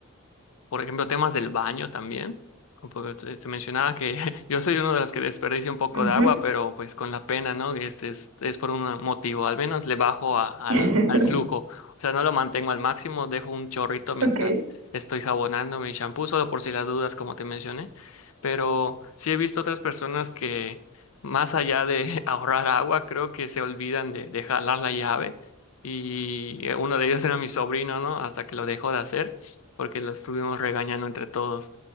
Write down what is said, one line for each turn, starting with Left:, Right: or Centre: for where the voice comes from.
Left: Por ejemplo, temas del baño también. Porque te, te mencionaba que <laughs> yo soy uno de los que desperdicia un poco
Right: Ujú.
Left: de agua, pero pues con la pena, ¿no? Este es, es por un motivo. Al menos le bajo a- al,
Right: <laughs>
Left: al flujo. O sea, no lo mantengo al máximo, dejo un chorrito mientras
Right: Ok.
Left: estoy jabonando mi shampoo, solo por si las dudas, como te mencioné. Pero sí he visto otras personas que, más allá de <laughs> ahorrar agua, creo que se olvidan de, de jalar la llave. Y uno de ellos era mi sobrino, ¿no? Hasta que lo dejó de hacer porque lo estuvimos regañando entre todos.